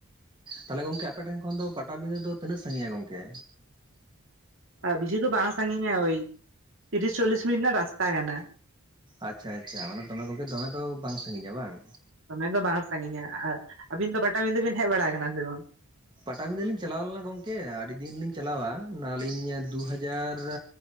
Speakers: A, on the right; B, on the right.
A: ᱛᱟᱞᱦᱮ ᱜᱚᱝᱠᱮ ᱟᱯᱮ ᱴᱷᱮᱱ ᱠᱷᱚᱱ ᱫᱚ ᱯᱟᱴᱟᱵᱤᱸᱫᱷᱟᱹ ᱫᱚ ᱛᱤᱱᱟᱹᱜ ᱥᱟᱺᱜᱤᱧᱟ ᱜᱚᱝᱠᱮ?
B: ᱟᱻ ᱵᱤᱥᱤ ᱫᱚ ᱵᱟᱝ ᱥᱟᱺᱜᱤᱧᱟ ᱳᱭ ᱛᱤᱨᱤᱥ ᱪᱚᱞᱞᱤᱥ ᱢᱤᱱᱤᱴ ᱨᱮᱱᱟᱜ ᱨᱟᱥᱛᱟ ᱠᱟᱱᱟ᱾
A: ᱟᱪᱪᱷᱟ ᱟᱪᱪᱷᱟ, ᱢᱟᱱᱮ ᱫᱚᱢᱮ ᱜᱚᱝᱠᱮ ᱫᱚᱢᱮ ᱫᱚ ᱵᱟᱝ ᱥᱟᱺᱜᱤᱧᱟ ᱵᱟᱝ?
B: ᱫᱚᱢᱮ ᱫᱚ ᱵᱟᱝ ᱥᱟᱺᱜᱤᱧᱟ, ᱟᱨ ᱟᱹᱵᱤᱱ ᱫᱚ ᱯᱟᱴᱟᱵᱤᱸᱫᱷᱟᱹ ᱵᱤᱱ ᱦᱮᱡ ᱵᱟᱲᱟ ᱟᱠᱟᱱᱟ ᱥᱮ ᱵᱟᱝ?
A: ᱯᱟᱴᱟᱵᱤᱸᱫᱟᱹ ᱞᱤᱧ ᱪᱟᱞᱟᱣ ᱞᱮᱱᱟ ᱜᱚᱢᱠᱮ ᱟᱹᱰᱤ ᱫᱤᱱ ᱞᱤᱧ ᱪᱟᱞᱟᱣᱟ ᱱᱟᱹᱞᱤᱧ ᱫᱩ ᱦᱟᱡᱟᱨ